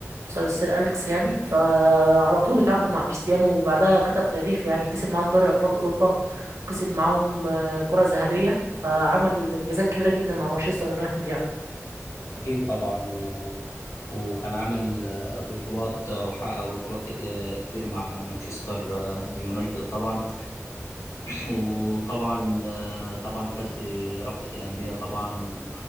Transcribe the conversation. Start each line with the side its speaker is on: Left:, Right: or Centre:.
Right: بسبب السير أليكس يعني فعلى طول اتعاقدوا مع كريستيانو وبعدها كتب تاريخ يعني كسب معاهم دوري أبطال أوروبا وكسب معاهم آه، كرة ذهبية فعمل إنجازات كبيرة جدا مع مانشستر يونايتد يعني
Left: اكيد طبعا و... وكان عامل آه، بطولات آه، وحقق بطولات كتير كتير مع مانشستر آه، يونايتد طبعا وطبعا آه، طبعا فاز برابطة الأندية طبعا و...